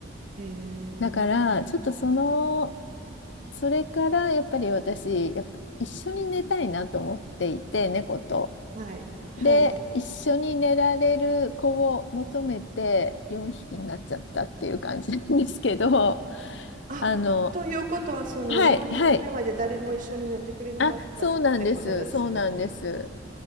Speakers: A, on the right; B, on the left.
A: ええ、
B: だから、ちょっとその、それからやっぱり私、やっぱ一緒に寝たいなと思っていて、猫と。
A: はい、はい。
B: で、一緒に寝られる子を求めて4匹になっちゃったっていう感じなんですけど、<laughs>
A: あ、
B: あの、
A: ということは、その4匹目まで誰も一緒に寝てくれなかったってことですか。
B: はい、はい。あ、そうなんです。そうなんです。